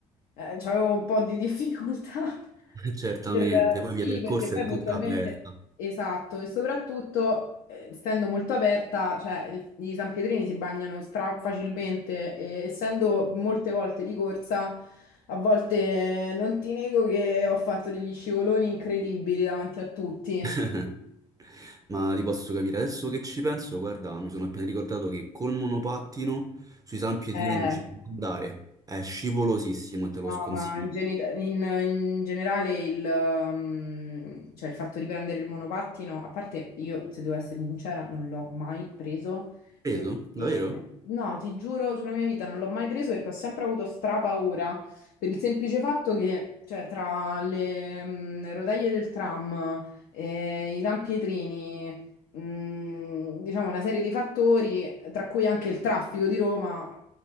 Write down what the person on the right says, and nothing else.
<laughs> Certamente,
poi
via del
corso
è
tutta aperta.
<laughs> Ma ti posso capire, adesso che ci penso, guarda, mi sono appena ricordato che col monopattino sui San Pietrini
non ci si può andare. È scivolosissimo e te lo
sconsiglio.
Preso?
Davvero?